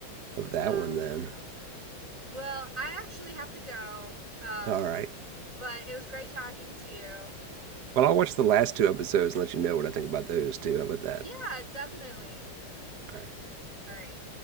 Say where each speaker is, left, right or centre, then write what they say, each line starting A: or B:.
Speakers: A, on the right; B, on the right.
A: of that
B: Um,
A: one then.
B: well, I actually have to go. Um,
A: All right.
B: but it was great talking to you.
A: Well, I'll watch the last two episodes and let you know what I think about those too. How about that?
B: Yeah, definitely.
A: All right. Later.
B: All right.